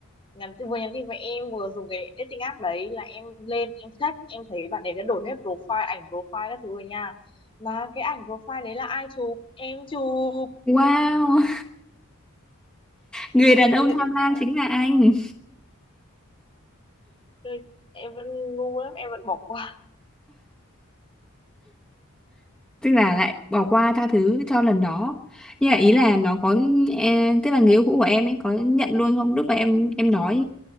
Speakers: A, on the left; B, in the centre.
A: nhắn tin- vừa nhắn tin với em vừa dùng cái dating app đấy là em lên em check em thấy bạn ấy đã đổi hết profile ảnh profile các thứ rồi nha mà cái ảnh profile đấy là ai chụp em chụp
B: wow. người đàn
A: chị
B: ông
A: có thể
B: tham
A: đánh
B: lam
A: giá
B: chính là anh
A: Ôi, em vẫn ngu lắm em vẫn bỏ qua
B: tức là lại bỏ qua tha thứ cho lần đó nhưng mà ý là nó có e, tức là người yêu cũ của em ấy có nhận luôn không lúc mà em em nói